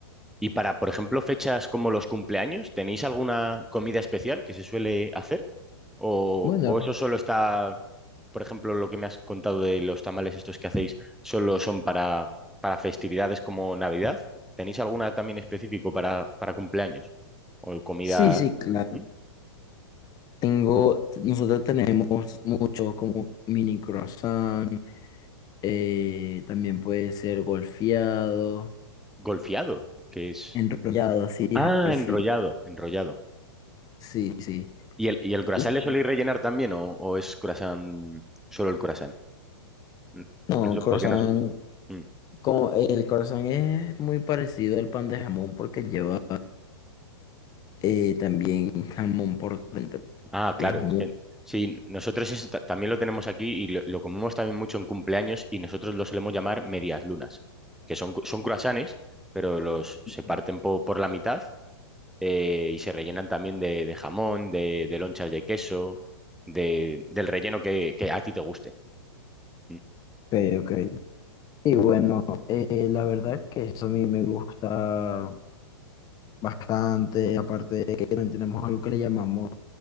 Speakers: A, in the centre; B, on the left.
A: Y para, por ejemplo, fechas como los cumpleaños, ¿tenéis alguna comida especial que se suele hacer? ¿O,
B: Bueno,
A: o
B: r-
A: eso solo está, por ejemplo, lo que me has contado de los tamales estos que hacéis, solo son para, para festividades como Navidad? ¿Tenéis alguna también específico para, para cumpleaños? ¿O comida
B: sí, sí, claro.
A: ¿Mm?
B: Tengo, nosotros tenemos muchos como mini croissant, eh, también puede ser golfeado,
A: golfeado, que es...
B: enrollado, sí, ja,
A: Ah, enrollado,
B: sí,
A: enrollado.
B: sí, sí.
A: ¿Y el, y el croissant
B: Y son-
A: le soléis rellenar también o, o es croissant, solo el croissant? N-
B: no,
A: No sé
B: croissant,
A: por qué no... sé. ¿Mm?
B: como, el croissant es muy parecido al pan de jamón porque lleva eh, también jamón por dentro
A: Ah, claro,
B: y es muy...
A: es que sí, nosotros eso ta- también lo tenemos aquí y lo, lo comemos también mucho en cumpleaños y nosotros lo solemos llamar medias lunas, que son, cu- son croissants, pero los se parten
B: rico.
A: po- por la mitad eh, y se rellenan también de, de jamón, de, de lonchas de queso, de, del relleno que, que a ti te guste. Mm,
B: Ok, ok. Y bueno, eh, la verdad que eso a mí me gusta bastante, aparte de que también tenemos algo que le llamamos